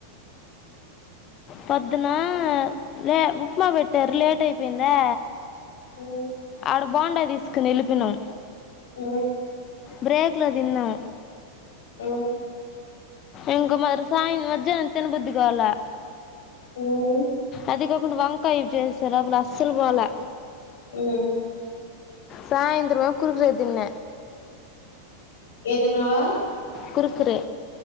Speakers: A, on the left; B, on the left.
A: పొద్దునా లే ఉప్మా పెట్టారు, లేట్ అయిపెయిందా.
B: ఉ
A: కడ బొండ తీసుక్కుని ఎల్లిపెయినం.
B: ఊ
A: బ్రేక్ లో తిన్నాం.
B: హ్మ్
A: ఇంక మరి సాయం మజ్జానం తినబుద్ది కాలె.
B: హ్మ్
A: అదిగ పుండు వంకాయ చేసార అప్పుడు అస్సల్ పొలె
B: ఉ
A: సాయంత్రమ కురుకురె దిన్న
B: ఏంతిన్నవా.
A: కురుక్కురే